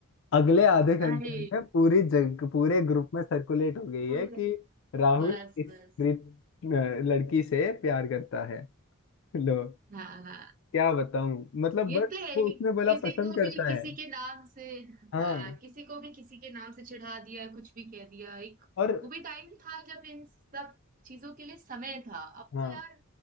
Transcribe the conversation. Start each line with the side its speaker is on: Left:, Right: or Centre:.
Left: अगले आधे घंटे
Right: अरे
Left: में पूरी जग पूरे ग्रुप में सर्कुलेट हो गई
Right: पूरे
Left: है कि राहुल
Right: बस
Left: इस
Right: बस
Left: प्रीत अ, लड़की से प्यार करता है लो
Right: हाँ हाँ
Left: क्या बताऊं मतलब
Right: ये
Left: बस
Right: तो है
Left: वो
Right: ही।
Left: उसने बोला
Right: किसी
Left: पसंद
Right: को
Left: करता
Right: भी किसी
Left: है
Right: के नाम से
Left: हाँ
Right: हाँ किसी को भी किसी के नाम से चिढ़ा दिया कुछ भी कह दिया एक
Left: और
Right: वो भी टाइम था जब इन सब चीजों के लिए समय था अब
Left: हाँ
Right: तो यार